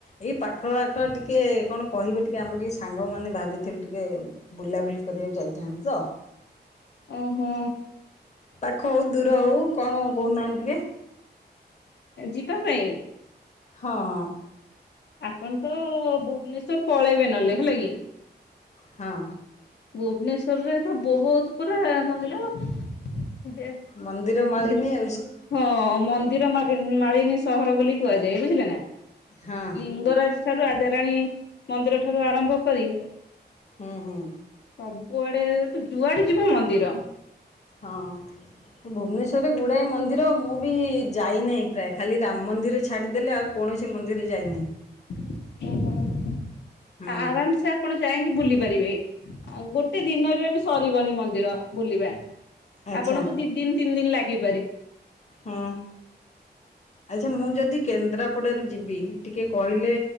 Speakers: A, on the left; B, on the left.
A: ଏଇ ପାଖ ଆଖ ଟିକେ କଣ କହିବେ ଟିକେ ଆମେ ଟିକେ ସାଙ୍ଗମାନେ ଭାବିଥିଲୁ ଟିକେ ବୁଲାବୁଲି କରିବାକୁ ଯାଇଥାନ୍ତି ତ।
B: ଓହୋ।
A: ପାଖ ହୋଉ ଦୂର ହୋଉ କଣ କହୁନାହାନ୍ତି ଟିକେ?
B: ଯିବାପାଇଁ?
A: ହଁ ହଁ।
B: ଆପଣତ ଭୁବନେଶ୍ୱର ପଳେଇବେ ନହଲେ ହେଲାକି?
A: ହଁ।
B: ଭୁବନେଶ୍ୱରରେତ ବହୁତ ପୁରା କଣ କହିଲ ଦେ
A: ମନ୍ଦିର ମାଳିନୀ
B: ଦିକ୍
A: ଆଉ ସେ
B: ହଁ ମନ୍ଦିର ମାଗି ମାଳିନୀ ସହର ବୋଲି କୁହାଯାଏ। ବୁଝିଲେ ନା।
A: ହଁ
B: ଲିଙ୍ଗରାଜ ଠାରୁ ରାଜାରାଣୀ ମନ୍ଦିରଠାରୁ ଆରମ୍ଭ କରି
A: ହୁଁ ହୁଁ।
B: ସବୁଆଡେ ତୁ ଯୁଆଡେ ଯିବୁ ମନ୍ଦିର।
A: ହଁ। ଭୁବନେଶ୍ୱରରେ ଗୁଡାଏ ମନ୍ଦିର ମୁଁ ବି ଯାଇନାହିଁ ପ୍ରାୟ। ଖାଲି ରାମ ମନ୍ଦିର ଛାଡିଦେଲେ ଆଉ କୌଣସି ମନ୍ଦିର ଯାଇନାହିଁ।
B: <unintelligible>
A: ହୁଁ
B: ଆରାମ ସା ଆପଣ ଯାଇଁକି ବୁଲିପାରିବେ। ଆଉ ଗୋଟେ ଦିନରେ ବି ସରିବନି ମନ୍ଦିର ବୁଲିବା।
A: ଆଚ୍ଛା
B: ଆପଣଙ୍କୁ ଦି ଦିନି ତିନି ଦିନି ଲାଗିପାରେ।
A: ହଁ। ଆଚ୍ଛା ମୁଁ ଯଦି କେନ୍ଦ୍ରାପଡ଼ାରୁ ଯିବି ଟିକେ କହିଲେ